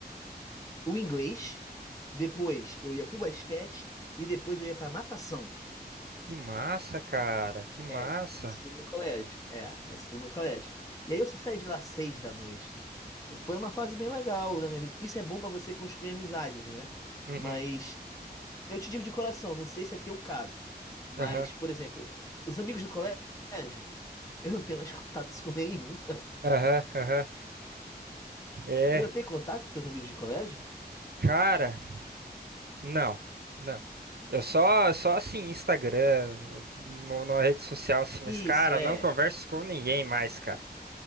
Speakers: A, on the left; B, on the right.
A: o inglês, depois eu ia pro basquete e depois eu ia pra natação.
B: Que massa, cara. Que massa.
A: É, isso tudo no colégio. É, isso tudo no colégio. E aí eu só saí de lá seis da noite. Foi uma fase bem legal da minha vida. Isso é bom pra você construir amizades, né?
B: Uhum.
A: Mas Eu te digo de coração, não sei se é teu caso, mas,
B: Aham.
A: por exemplo, os amigos do colégio, eu não tenho mais <laughs> contatos com nenhum. <laughs>
B: Aham. Aham. É.
A: Tu não tem contato com teus amigos de colégio?
B: Cara. Não, não. Eu só, só assim, Instagram, no- numa rede social assim, mas
A: Isso,
B: cara,
A: é.
B: não converso com ninguém mais, cara.